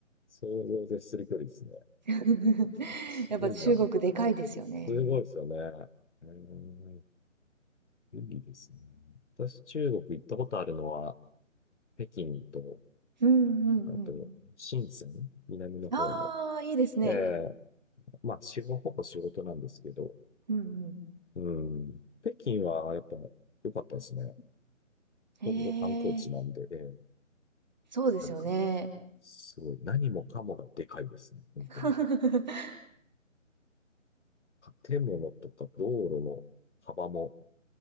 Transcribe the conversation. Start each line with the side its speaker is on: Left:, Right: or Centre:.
Left: 想像を絶する距離ですね。
Right: <laughs>
Left: すごいな。
Right: やっぱ中国でかいですよね。
Left: すごいですよね。うーん、いいですね。私、中国行ったことあるのは、北京と、
Right: うんうんうん。
Left: あと、深セン、南の方の。
Right: ああ、いいですね。
Left: ええまあ、仕事、ほぼ仕事なんですけど、
Right: うんうん。
Left: うん、北京はやっぱ良かったですね。
Right: へ
Left: ほとんど観光地なんで、
Right: え、
Left: ええ
Right: そうですよね。
Left: なんか、すごい、何もかもがでかいですね、本当に。
Right: <laughs>
Left: 建物とか道路の幅も、